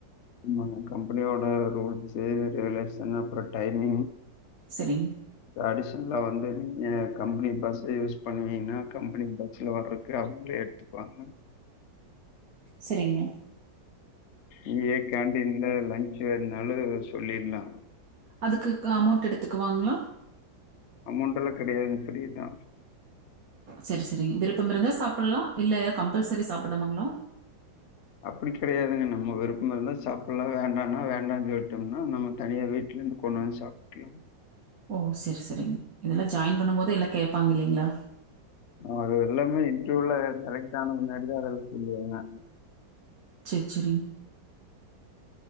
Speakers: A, on the left; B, on the right.
A: ஆமா கம்பெனியோட ரூல்ஸு ரெகுலேஷனு அப்போற டைமிங்
B: செரிங்
A: அடிஷ்னலா வந்து நீங்க கம்பெனி பஸ் யூஸ் பண்ணுவீங்ன்னா கம்பெனி பஸ்ல வர்ர அவங்களே எடுத்துபாங்க
B: செரிங்க
A: இங்கயே கேண்டின்ல லன்ச் வேணுனாலு சொல்லிர்லா
B: அதுக்கு க அமௌண்ட் எடுத்துக்குவாங்ளா
A: அமௌண்ட் எல்லா கெடையாதுங் ஃப்ரீ தா
B: செரி செரி விருப்பம் இருந்தா சாப்படலா இல்ல எதாது கம்பல்சரி சாப்படனுங்ளா
A: அப்புடி கெடையாதுங்க நம்ம விருப்பம் இருந்தா சாப்படலா வேண்டானா வேண்டான் சொல்ட்டம்னா நம்ம தனியா வீட்ல இருந்து கொண்டு வந்து சாப்டுக்லாங்
B: ஓ செரி செரிங் இதெல்லா ஜாய்ன் பண்ணும் போதே எல்லா கேப்பாங் இல்லைங்ளா
A: அது எல்லாமே இன்ட்ரியூல செலெக்ட் ஆன முன்னாடிதா அதெல்லா சொல்லுவாங்க
B: செர் செரிங்